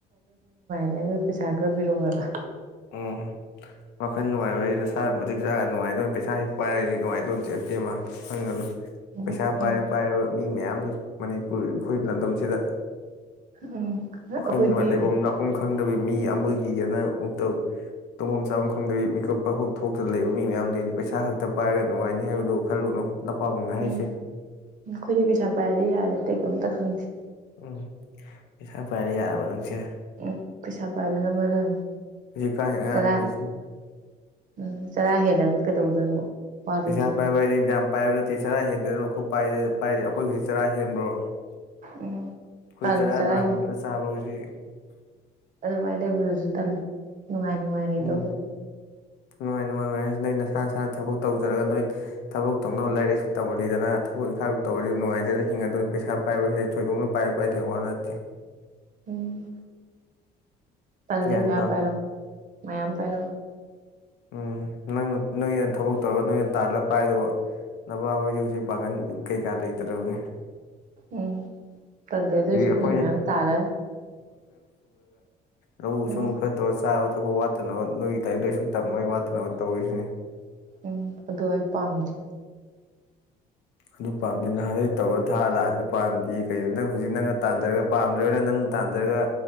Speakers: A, on the right; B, on the left.
A: ꯑꯗꯨ ꯄꯩꯁꯥ ꯈꯔ ꯄꯤꯔꯛꯎ ꯍꯥꯏꯕ
B: ꯎꯝ ꯋꯥꯈꯜ ꯅꯨꯡꯉꯥꯏꯕ ꯍꯥꯢꯁꯤ ꯅꯁꯥ ꯃꯇꯤꯛ ꯆꯥꯔꯒ ꯅꯨꯡꯉꯥꯏꯗꯣꯏꯅꯤ ꯄꯩꯁꯥ ꯍꯦꯛ ꯄꯥꯔꯒ ꯅꯨꯡꯉꯥꯏ
A: ꯎꯝ
B: <unintelligible> ꯄꯩꯁꯥ ꯄꯥꯏꯔꯥ
A: ꯎꯝ
B: ꯄꯥꯏꯔꯥ ꯃꯤ ꯃꯌꯥꯝꯒꯤ ꯃꯅꯤꯄꯨꯔ ꯐꯨꯔꯠ ꯂꯝꯗꯝꯁꯤꯗ
A: ꯎꯝ
B: ꯋꯥꯈꯜ
A: ꯑꯩꯈꯣꯏꯗꯤ
B: ꯅꯨꯡꯉꯥꯏ ꯂꯩꯕꯝ ꯂꯥꯛꯄꯝ ꯈꯪ꯭ꯗꯕꯤ ꯃꯤ ꯑꯃꯒꯤ ꯑꯅꯥ ꯑꯃꯨꯛꯇꯧ ꯇꯧꯕꯝ ꯆꯥꯐꯝ ꯈꯪꯗꯕꯤ ꯃꯤꯀꯞ ꯄꯛ ꯊꯣꯛꯇ ꯊꯣꯛꯑꯒꯥ ꯂꯩꯕ ꯃꯤ ꯃꯌꯥꯝ ꯂꯩꯅꯤ ꯄꯩꯁꯥ ꯈꯛꯇ ꯄꯥꯏꯔꯒ ꯅꯨꯡꯉꯥꯏꯅꯤ ꯍꯥꯏꯕꯗꯣ ꯈꯜꯂꯨꯅꯨ ꯅꯄꯥꯕꯨꯡꯅ ꯍꯥꯏꯁꯦ
A: ꯎꯝ ꯅꯈꯣꯢꯗꯤ ꯄꯩꯁꯥ ꯄꯥꯏꯔꯗꯤ ꯌꯥꯔꯦ ꯑꯇꯩ ꯀꯩꯝꯇ ꯈꯪꯗꯦ
B: ꯎꯝ ꯄꯩꯁꯥ ꯄꯥꯏꯔ ꯌꯥꯔꯥꯕ ꯅꯪꯁꯦ
A: ꯎꯝ ꯄꯩꯁꯥ ꯄꯥꯏꯕꯅ ꯃꯔꯨꯅꯤ
B: ꯍꯧꯖꯤꯛꯀꯥꯟ ꯑꯉꯥꯡꯁꯤꯡ
A: ꯆꯔꯥ ꯎꯝ ꯆꯔꯥ ꯍꯦꯜꯂꯒ ꯀꯩꯗꯧꯗꯣꯏꯅꯣ ꯋꯥꯔꯣꯏꯗ꯭ꯔꯣ
B: ꯄꯩꯁꯥ ꯄꯥꯏꯕ ꯍꯥꯢꯗꯤ ꯌꯥꯝ ꯄꯥꯏꯕ ꯅꯠꯇꯦ ꯆꯔꯥ ꯍꯦꯟꯗꯅꯥꯕ ꯈꯨꯞ ꯄꯥꯢꯔꯦ ꯄꯥꯢꯔꯦ ꯑꯩꯈꯣꯏ ꯍꯧꯖꯤꯛ ꯆꯔꯥ ꯍꯦꯟꯕ꯭ꯔꯣ ꯑꯩꯈꯣꯏ
A: ꯎꯝ ꯇꯜꯂꯤ
B: ꯆꯔꯥ
A: ꯆꯔꯥꯒꯤ
B: ꯅꯥꯝꯃꯥ ꯃꯛꯇꯥ ꯆꯥꯕ꯭ꯔꯣ ꯍꯧꯖꯤꯛ
A: ꯃꯥꯏ ꯂꯩꯕꯗꯨꯁꯨ ꯇꯜꯂꯦ ꯅꯨꯡꯉꯥꯏ ꯅꯨꯡꯉꯥꯏ ꯂꯩꯗꯧꯕꯥ
B: ꯎꯝ ꯅꯨꯡꯉꯥꯏ ꯅꯨꯡꯉꯥꯏꯅ ꯍꯥꯏꯁꯤ ꯅꯣꯏ ꯅꯁꯥ ꯅꯁꯥꯅ ꯊꯕꯛ ꯇꯧꯖꯔꯒ ꯅꯣꯏ ꯊꯕꯛ ꯇꯧꯅꯕ ꯂꯥꯏꯔꯤꯛꯁꯨ ꯇꯧꯍꯜꯂꯤꯗꯅ ꯑꯩꯈꯣꯢ ꯢꯒꯤꯕꯨ ꯇꯧꯔꯗꯤ ꯑꯗꯨꯝ ꯅꯨꯡꯉꯥꯏꯖꯔꯦ ꯍꯤꯡꯉꯥꯗꯧꯅꯦ ꯄꯩꯁꯥ ꯄꯥꯏꯕꯁꯤꯗꯤ ꯊꯣꯏꯗꯣꯛꯅ ꯄꯥꯏꯕ ꯄꯥꯏꯗꯕꯩ ꯋꯥ ꯅꯠꯇꯦ
A: ꯎꯝ ꯇꯜꯂꯤ
B: ꯒ꯭ꯌꯥꯟ
A: ꯃꯌꯥꯝ
B: ꯇꯥꯎ
A: ꯄꯥꯏꯔꯣ ꯃꯌꯥꯝ ꯄꯥꯏꯔꯣ
B: ꯎꯝ ꯅꯪ ꯅꯣꯏꯅ ꯊꯕꯛ ꯇꯧꯔꯒ ꯅꯣꯏꯅ ꯇꯥꯜꯂꯥꯒ ꯄꯥꯏꯗꯧꯕ ꯅꯄꯥ ꯍꯣꯢꯗꯤ ꯍꯧꯖꯤꯛ ꯄꯥꯡꯒꯜ ꯀꯩꯀꯥ ꯂꯩꯇ꯭ꯔꯕꯅꯤ <unintelligible>
A: ꯎꯝ ꯇꯜꯂꯦ ꯑꯗꯨꯏꯁꯨ
B: ꯐꯨꯔꯒ <unintelligible>
A: ꯅꯣꯏ ꯃꯌꯥꯝ ꯇꯥꯔ
B: ꯃꯥꯌꯦꯛ
A: ꯎꯝ
B: ꯁꯦꯡꯗ꯭ꯔꯦ ꯆꯥꯕꯥ ꯊꯛꯄꯥ ꯋꯥꯠꯇꯅꯕ ꯅꯣꯢꯒꯤ ꯂꯥꯢꯔꯤꯛ ꯂꯥꯢꯁꯨ ꯇꯥꯝꯕꯩ ꯋꯥꯠꯇꯅꯕꯥ ꯇꯧꯔꯤꯁꯤꯅꯤ
A: ꯎꯝ ꯑꯗꯨ ꯑꯩ ꯄꯥꯝꯗꯦ
B: ꯑꯗꯨ ꯄꯥꯝꯗꯦ ꯅꯍꯥꯟꯒꯩ ꯇꯧꯔꯒ ꯊꯥꯛꯑꯥ ꯂꯥꯛꯑꯁꯤꯗ ꯄꯥꯝꯗꯦ ꯀꯩꯅꯣ ꯅꯪ ꯍꯧꯖꯤꯛ ꯅꯪꯅ ꯇꯥꯟꯖꯔꯒ ꯄꯥꯝꯗ꯭ꯔꯒꯅ ꯅꯪꯅ ꯇꯥꯟꯖꯔꯒ